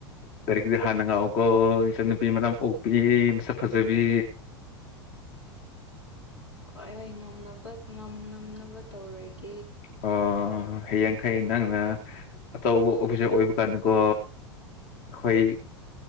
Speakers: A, on the left; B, on the left.
A: ꯂꯥꯏꯔꯤꯛꯇꯨꯗ ꯍꯥꯟꯅ ꯉꯥꯎꯀꯣ ꯏꯆꯟ ꯅꯨꯨꯄꯤ ꯃꯔꯝ ꯑꯣꯛꯄꯤ ꯃꯁꯛ ꯐꯖꯕꯤ
B: ꯍꯣꯏ-ꯍꯣꯏ ꯉꯝꯅꯕ ꯉꯝꯅꯕ ꯇꯧꯔꯒꯦ
A: ꯑꯣ ꯍꯌꯦꯡꯈꯩ ꯅꯪꯅ ꯑꯆꯧꯕ ꯑꯣꯐꯤꯁꯥꯔ ꯑꯣꯏꯕ ꯀꯥꯟꯗꯀꯣ ꯑꯩꯗꯣꯏ